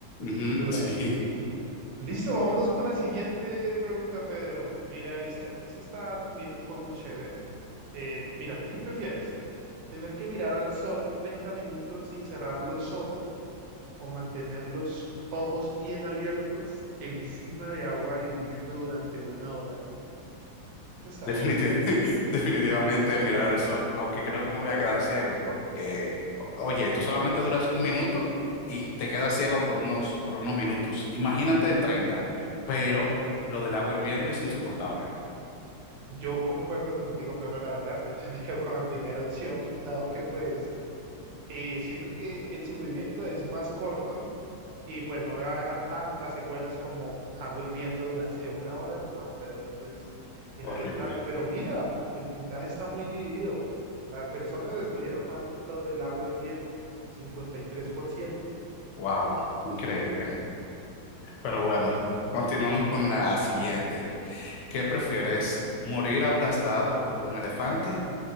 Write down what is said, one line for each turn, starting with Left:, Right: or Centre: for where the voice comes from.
Left: Ujú,
Right: dura.
Left: sí,
Right: Listo, vámonos con la siguiente pregunta, Pedro. Mira esta. Esta está también un poco chévere. Eh, mira, ¿tú qué prefieres? ¿Tener que mirar al sol 30 minutos sin cerrar los ojos o mantener los ojos bien abiertos encima de agua hirviendo durante una hora?
Left: <laughs>
Right: Esta
Left: definitiv-
Right: está fuerte.
Left: <laughs> definitivamente mirar al sol, aunque creo que me voy a quedar ciego porque, oye, tú solamente duras un minuto y te quedas ciego por unos, por unos minutos. Imagínate 30. pero lo del agua hirviendo es insoportable.
Right: Yo concuerdo contigo, Pedro, la verdad. Yo también <laughs> me quedo con la primera opción, dado que pues eh, siento que el sufrimiento es más corto Y pues no me va a dejar tantas secuelas como agua hirviendo durante <laughs> una hora. No, Pedro, eso es inaceptable.
Left: Horrible.
Right: Pero mira, el puntaje está muy dividido. Las personas escogieron más lo del agua hirviendo, cincuenta y tres por ciento
Left: Wow, increíble. Pero bueno, continuamos con la siguiente. ¿Qué prefieres? ¿Morir aplastado por un elefante?